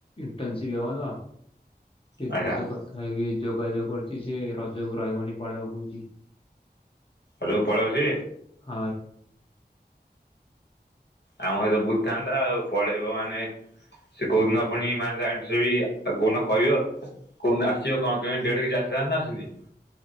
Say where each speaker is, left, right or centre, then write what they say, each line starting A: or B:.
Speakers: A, on the left (about 30°); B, on the left (about 75°).
A: ଇଣ୍ଟର୍ନସିିପ ଏ ତ ସେଥିରେ
B: ଆଚ୍ଛା
A: ସେ କଥା ହେଇକି ଯୋଗାଯୋଗ କରୁଛି ସେ ରଜକୁ ରହିବନି ପଳେଇବାକୁହୁଛି
B: ଆଉ ପଡ଼ୋଶୀ
A: ହ
B: ଆମ ସହିତ ବୁଝିଥାନ୍ତା ଆଉ ପଳେଇବ ମାନେ ସେ କହୁଦିନ ପୁଣି ମାନେ ତା ସେ ଆଉ କୋନ କହିବ କଉଠ ଆସିବ କଣ କେମିତି ଡ କିଛି ଆସିଥାନ୍ତା ଆସଛନ୍ତି